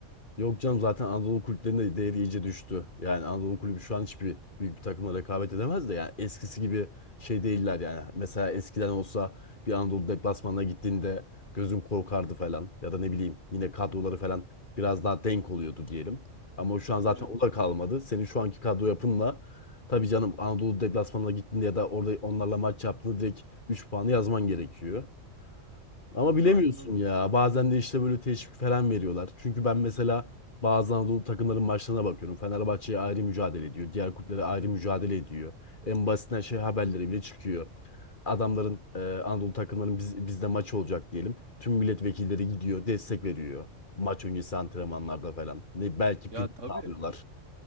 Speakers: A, on the left; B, on the right.
A: Yok canım zaten Anadolu kulüplerinde değeri iyice düştü. Yani Anadolu kulübü şu an hiçbir büyük bir takımla rekabet edemez de yani eskisi gibi şey değiller yani. Mesela eskiden olsa bir Anadolu deplasmanına gittiğinde gözüm korkardı falan ya da ne bileyim yine kadroları falan biraz daha denk oluyordu diyelim. Ama şu an zaten
B: Tabii canım.
A: o da kalmadı. Senin şu anki kadro yapınla tabii canım Anadolu deplasmanına gittiğinde ya da orada onlarla maç yaptığında direkt 3 puanı yazman gerekiyor. Ama bilemiyorsun
B: Aynen öyle.
A: ya. Bazen de işte böyle teşvik falan veriyorlar. Çünkü ben mesela bazı Anadolu takımların maçlarına bakıyorum. Fenerbahçe'ye ayrı mücadele ediyor. Diğer kulüplere ayrı mücadele ediyor. En basitinden şey haberleri bile çıkıyor. Adamların e, Anadolu takımların biz, bizde maç olacak diyelim. Tüm milletvekilleri gidiyor, destek veriyor. Maç öncesi antrenmanlarda falan. Ne belki
B: Ya
A: prim
B: tabii.
A: sağlıyorlar.